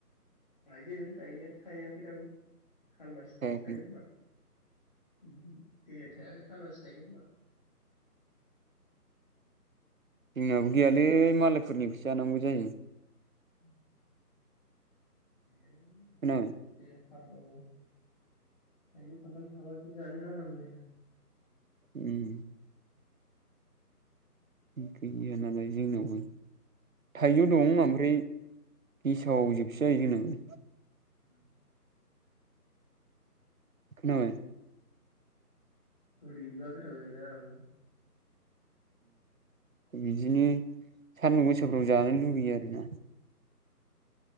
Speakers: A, on the left; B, on the right.
A: गायदों गायनाया थायाखै दाबो। खालमासिफोरसो
B: थायाखै
A: थायगोन खोमा उम हो देग्लाय थायालै खालबासि थायगोन खोमा।
B: जोंनाबो गैयालै मालायफोरनिखौसो जानांगौ जायो।
A: उ <inaudible> गौयालौ जोंना।
B: खोनाबाय
A: रांखौ औ थाइजौ खान्थाल थाबासो जानो आराम जायो।
B: उम आंखायनो। बे नालाय जोंनियावबो।
A: हा
B: थाइजौ दं ओमफ्राय। गसाव जोबसै आरो जोंनाबो।
A: <inaudible>
B: खोनाबाय।
A: गोदौबा गोथाव जायोना उम।
B: बिदिनो। सानदुं गोसाफ्राव जानो लुुबैयो आरो। बेनो। <inaudible>